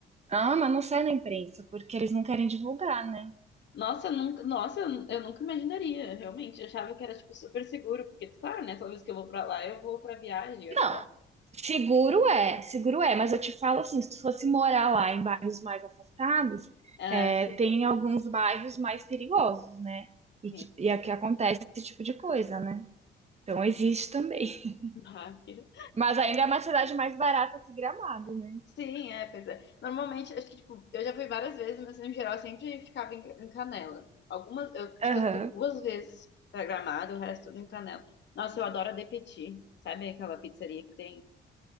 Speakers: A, on the right (about 35°); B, on the left (about 65°).
A: Ah, mas não sai na imprensa, porque eles não querem divulgar, né?
B: Nossa, eu nunca, nossa, eu eu nunca imaginaria, realmente. Eu achava que era, tipo, super seguro, porque, claro, né, toda vez que eu vou pra lá, eu vou pra viagem, olha
A: Não,
B: lá.
A: Seguro é, seguro é, mas eu te falo assim, se tu fosse morar lá em bairros mais afastados,
B: Ah,
A: é,
B: sim,
A: tem alguns bairros mais perigosos, né? E
B: sim.
A: que, e é que acontece esse tipo de coisa, né? Então existe também. <laughs>
B: Ah, que-
A: Mas ainda é uma cidade mais barata que Gramado, né?
B: Sim, é, pois é. Normalmente, acho que, tipo, eu já fui várias vezes, mas, em geral, eu sempre ficava em, em Canela. Algumas, eu acho
A: Aham.
B: que eu fui duas vezes pra Gramado, o resto tudo em Canela. Nossa, eu adoro a De Petit, sabe aquela pizzaria que tem?